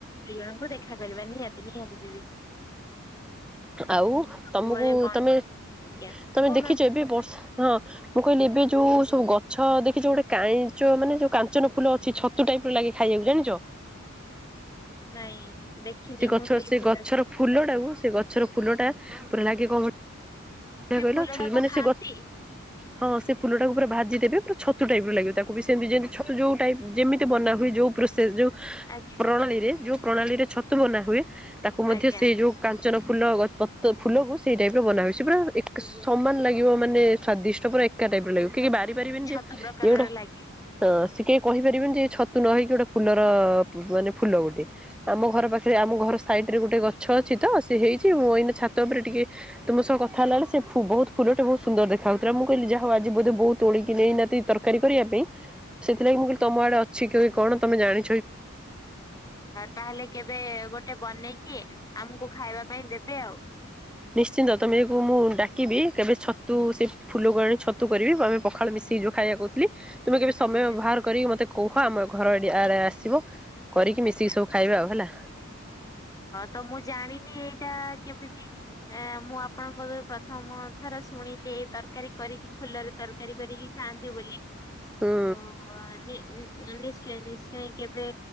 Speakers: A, on the left; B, in the centre.
A: ଦୁଇ ଜଣଙ୍କୁ ଦେଖା କରିବା ନିହାତି ନିହାତି ଦିଦି। ହୁଁ
B: ଆଉ
A: ସବୁବେଳେ
B: ତମକୁ
A: ମଣି
B: ତମେ
A: ଆଜ୍ଞା
B: ତମେ
A: କହୁନାହାନ୍ତି
B: ଦେଖିଛ ଏବେ
A: କୁହ।
B: ବର୍ଷା ହଁ ମୁଁ କହିଲି ଏବେ ଯୋଉ ସବୁ ଗଛ ଦେଖିଛ ଗୋଟେ କାଇଚ ମାନେ ଯୋଉ କାଞ୍ଚନ ଫୁଲ ଅଛି ଛତୁ ଟାଇପ୍। ଭୋ ଲାଗେ ଖାଇବାକୁ ଜାଣିଛ।
A: ନାଇଁ ଦେଖିନି
B: ସେ ଗଛ
A: ମୁଁ ସେଇ
B: ସେ
A: ଫୁଲ
B: ଗଛର ଫୁଲ ଟାକୁ ସେ ଗଛ। ଗଛର ଫୁଲଟା ପୁରା ଲାଗି କମ।
A: ସେ
B: କହିଲା
A: ଫୁଲ ଟାକୁ
B: ମାନେ
A: ଖାଆନ୍ତି?
B: ସେ ଗ ହଁ ସେ ଫୁଲଟାକୁ ପୁରା ଭାଜି ଦେବେ ପୁରା ଛତ। ଛତୁ ଟାଇପ ର ଲାଗିବ ତାକୁ ବି ସେମତି ଯେମିତି ଛତୁ ଯୋଉ ଟାଇପ ଯେମିତି ବନାହୁଏ ଯୋଉ ପ୍ରୋସେସ ଯୋଉ।
A: ଆଜ୍ଞା
B: ପ୍ରଣାଳୀରେ ଯୋଉ ପ୍ରଣାଳୀରେ ଛତୁ ବନା ହୁଏ ତାକୁ ମଧ୍ୟ
A: ଆଜ୍ଞା
B: ସେଇ ଯୋଉ କାଞ୍ଚନ। ଫୁଲ ଗ ପ ଫୁଲକୁ ସେଇ ଟାଇପର ବନା ହୁଏ। ସେ ପୁରା ଏକ ସମାନ ଲାଗିବ ମାନେ ସ୍ୱାଦିଷ୍ଟ ପୁରା ଏକା ଟାଇପରେ ଲାଗିବ କି କେହି ବାରି ପାରିବେନି
A: ଛତ
B: ଯେ
A: ପ୍ରକାରର
B: ଏଇଟା
A: ଲାଗେ
B: ହଁ କହିପାରିବେନି ଯେ ଛତୁ ନ ହେଇକି ଗୋଟେ ଫୁଲର ମାନେ ଫୁଲ ଗୋଟେ ଆମ ଘର ପାଖେ ରେ ଆମ ଘର ସାଇଡ ରେ ଗୋଟେ ଗଛ ଅଛି ତ ସେ ହେଇଛି ମୁଁ ଏଇନା ଛାତ ଉପରେ ଟିକେ ତୁମ ସହ ଥା ହେଲାବେଳେ ସେ ଫୁ ବହୁତ ଫୁଲଟା ବହୁତ ସୁନ୍ଦର ଦେଖାଉଥିଲା। ମୁଁ କହିଲି ଯା ହଉ ଆଜି ବୋଧେ ବୋଉ ତୋଳିକି ନେଇନାହାତି ତରକାରୀ କରିବା ସେଥିଲାଗି ମୁଁ କହିଲି ତମ ଆଡେ ଅଛି କି କଣ ତମେ ଜାଣି
A: ତାହେଲେ କେବେ ଗୋଟେ ବନେଇକି ଆମକୁ ଖାଇବା ପାଇଁ ଦେବେ ଆଉ।
B: ନିଶ୍ଚିନ୍ତ ତମକୁ ମୁଁ ଡାକିବି କେବେ ଛତୁ ସେ ଫୁଲକୁ ଆଣେ ଛତୁ କରିବି ଆମେ ପଖାଳ ମିଶିକି ଯୋଉ ଖାଇବା କହୁଥିଲି ତୁମେ
A: ନିହାତି
B: କେବେ ସମୟ
A: ନିହାତି
B: ବାହାର କରିକି ମତେ କୁହ ଆମ ଘର ଏଡି ଇଆଡ଼େ ଆସିବ କରିକି
A: ଆଜ୍ଞା
B: ମିଶିକି ସବୁ ଖାଇବା ଆଉ ହେଲା
A: ତ ମୁଁ ଜାଣିନି ଏଇଟା କେମିତି ଆ ମୁଁ ଆପଣଙ୍କ ପ୍ରଥମ ଥର ଶୁଣିଲି ଏଇ ତରକାରୀ କରିକି ଫୁଲରେ ତରକାରୀ କରିକି ଥାଆନ୍ତି ବୋଲି
B: ହୁଁ
A: ତ ନି୍ଚ ନିଶ୍ଚୟ କେବେ